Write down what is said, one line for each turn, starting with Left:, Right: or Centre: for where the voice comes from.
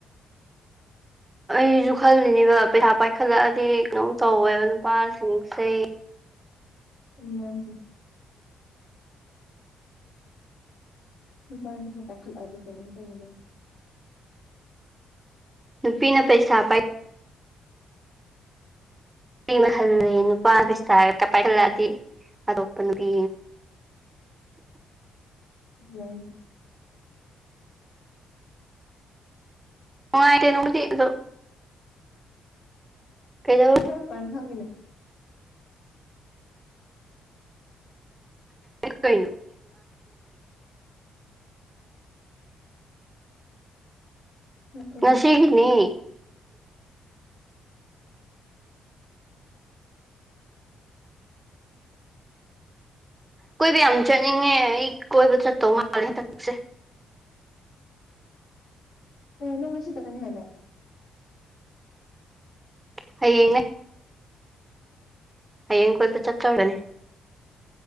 Right: ꯑꯩꯁꯨ ꯈꯜꯂꯤꯅꯦꯕ ꯄꯩꯁꯥ ꯄꯥꯏꯈꯠꯂꯛꯑꯗꯤ ꯀꯩꯅꯣꯝ ꯇꯧꯋꯦꯕ ꯅꯨꯄꯥꯁꯤꯡꯁꯦ
Left: ꯎ ꯇ ꯀꯩꯅ ꯅ
Right: ꯅꯨꯄꯤꯅ ꯄꯩꯁꯥ ꯄꯥꯏ ꯀꯃ ꯍꯜꯂꯦ ꯅꯨꯄꯥ ꯄꯩꯁꯔ ꯄꯥꯏꯍꯜꯂꯛꯑꯗꯤ ꯑꯇꯣꯞꯄ ꯅꯨꯄꯤ
Left: ꯍꯝ
Right: ꯑꯣꯅꯨꯡꯉꯥꯏꯔꯦ ꯀꯩꯗꯧ
Left: ꯄꯈꯪꯒꯤꯅꯣ
Right: ꯀ
Left: ꯑꯩ
Right: ꯉꯁꯤꯍꯤꯅꯤ ꯀꯣꯏꯕ ꯌꯥꯝ ꯆꯠꯅꯤꯡꯉꯦ ꯑꯩ ꯀꯣꯏꯕ ꯆꯠꯇꯧ ꯃꯥꯜꯂꯦ ꯍꯟꯗꯛꯁꯦ
Left: ꯄꯅꯪꯉ ꯁꯤ ꯇ ꯀꯅ ꯍ ꯍꯥꯏꯂꯦ
Right: ꯍꯌꯦꯡ ꯍꯌꯦꯡ ꯀꯣꯏꯕ ꯆꯠꯇ꯭ꯔꯕꯅꯦ